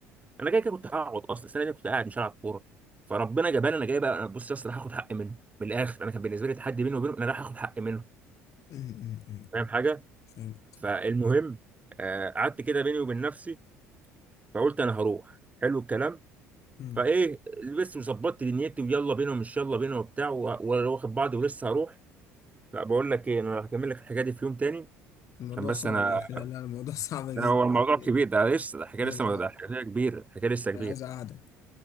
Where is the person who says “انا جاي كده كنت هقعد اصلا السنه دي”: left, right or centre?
Right